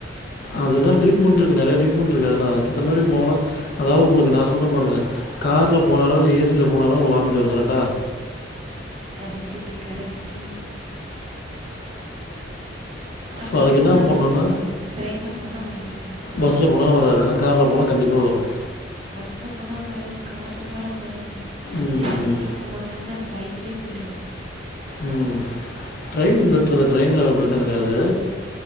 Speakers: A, on the left; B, on the right.
A: அதெலா ட்ரீட்மென்ட் இருக்கு நெறைய ட்ரீட்மென்ட் இருக்கு அதல்லா அதுகேத்த மாரி போனா அதாவது உங்களுக்கு நா சொல்றம்பாருங்க கார்ல போனாலோ இல்ல ஏசில போனாலோ உங்க வாமிட் வரும் கரக்டா
B: கரெக்ட்டு கரெக்ட்டு ஆட்டோல
A: ஸோ அதுக்கு
B: போனா
A: என்ன பண்ணணும்னா
B: வராது டிரென்ல போனா வராது
A: பஸ்ல போனாலு வராது ஆனா கார்ல போனா கண்டிப்பா வரும்
B: பஸ்ல போனா வரும் கார்ல போனா வரும்
A: ம்
B: பேசாம எங்க போறதா இருந்தாலு பைக்லயே போயிரணும்
A: ம் ட்ரெயின் பெட்டுறதா ட்ரெயின்ல அவ்ளோ பிரச்சன இருக்காது